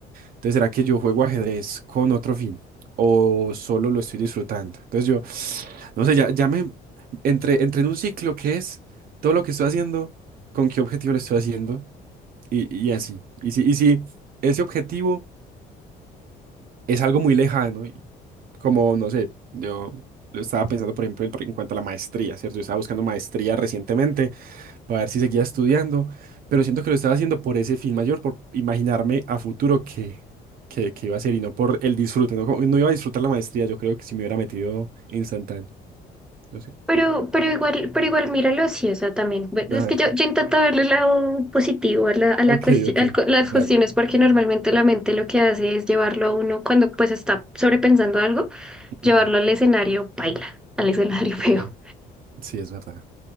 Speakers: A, on the right; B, in the centre.
A: Entonces, ¿será que yo juego ajedrez con otro fin? ¿O solo lo estoy disfrutando? Entonces yo... No sé, ya, ya me entré, entré en un ciclo que es todo lo que estoy haciendo, con qué objetivo lo estoy haciendo y, y así. Y si, y si ese objetivo es algo muy lejano, y como no sé, yo lo estaba pensando, por ejemplo, en en cuanto a la maestría, ¿cierto? Yo estaba buscando maestría recientemente para ver si seguía estudiando, pero siento que lo estaba haciendo por ese fin mayor, por imaginarme a futuro que, que, que iba a ser y no por el disfrute, ¿no? Como- que No iba a disfrutar la maestría, yo creo que si me hubiera metido instantáneo, no sé.
B: Pero, pero igual, pero igual míralo así, o sea, también. bueno,
A: A
B: es
A: ver.
B: que yo, yo intento verle el lado positivo a la, a la
A: Ok,
B: cuestión,
A: ok,
B: las
A: dale.
B: cuestiones, porque normalmente la mente lo que hace es llevarlo a uno, cuando pues está sobrepensando algo, llevarlo
A: Ujú,
B: al escenario baila, al escenario <laughs>
A: Ok,
B: feo.
A: sí, es verdad.